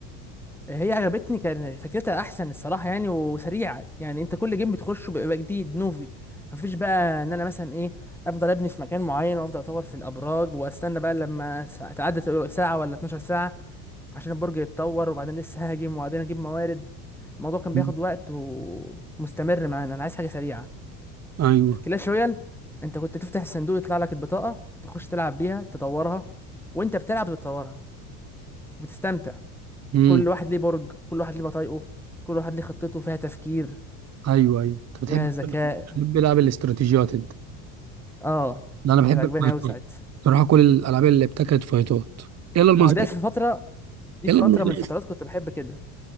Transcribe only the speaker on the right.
مم.
ايوه
امم
ايوه ايوه انت بتحب
بتحب العاب الاستراتيجيات انت
ده انا بحب
الفايتات
بصراحه كل الالعاب اللي ابتكرت فايتات يلا المصدر
يلا
المصدر